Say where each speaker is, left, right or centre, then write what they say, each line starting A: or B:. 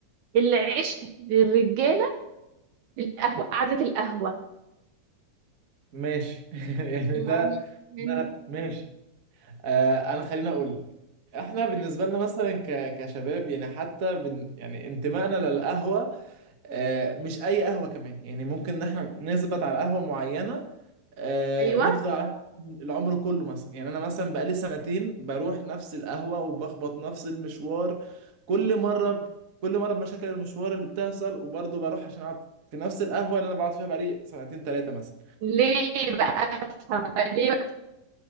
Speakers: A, on the right (about 65°); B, on the right (about 35°).
A: العشق للرجالة في القهوة قعدة القهوة
B: ماشي <laughs> يعني
A: يعني
B: ده
A: يعني
B: ده ماشي آه انا خليني اقول لك احنا
A: مم.
B: بالنسبه لنا مثلا ك... كشباب يعني حتى بن... يعني انتمائنا للقهوه آه مش اي قهوه كمان يعني ممكن ان احنا نثبت على قهوه معينه آه،
A: أيوه
B: نفضل على القهوة العمر كله مثلا يعني انا مثلا بقالي سنتين بروح نفس القهوة وبخبط نفس المشوار كل مرة ب... كل مرة بمشاكل المشوار اللي بتحصل وبرضه بروح عشان اقعد في نفس القهوة اللي انا بقعد فيها بقالي سنتين ثلاثة مثلا
A: ليه بقى أفهم ليه بقى